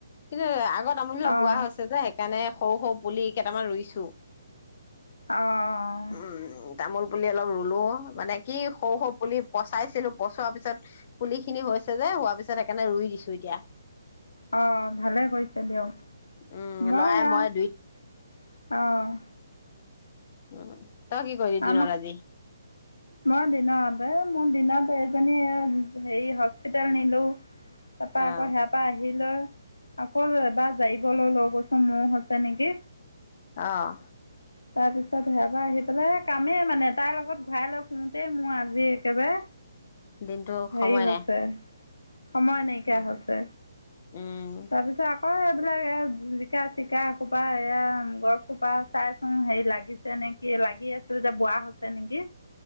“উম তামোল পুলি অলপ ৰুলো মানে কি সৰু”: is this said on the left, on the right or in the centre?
Left